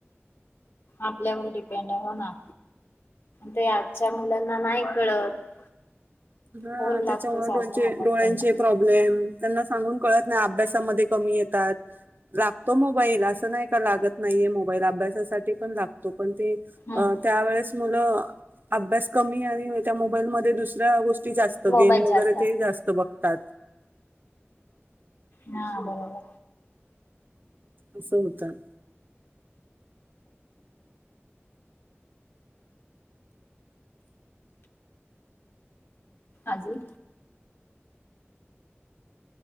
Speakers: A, on the left (about 55°); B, on the right (about 45°).
A: आपल्यावर डिपेंड आहे, हो ना. ते आजच्या मुलांना नाही कळत.
B: हा
A: फोन लागतो
B: त्याच्यामुळे
A: सारखा
B: डोळाचे
A: हातात
B: डोळ्यांचे
A: त्यांच्या
B: प्रॉब्लेम त्यांना सांगून कळत नाही अभ्यासामध्ये, कमी येतात, जा तो मोबाईल असं, नाही का लागत नाहीये मोबाईल अभ्यासासाठी पण लागतो. पण ते
A: ह
B: त्यावेळेस, मुलं अभ्यास कमी आणि त्या मोबाईल मध्ये दुसऱ्या गोष्टी, <unintelligible>
A: मोबाईल
B: गेम वगैरे
A: जास्त
B: ते जास्त बघतात.
A: हा बरोबर,
B: अस होतं.
A: अजून,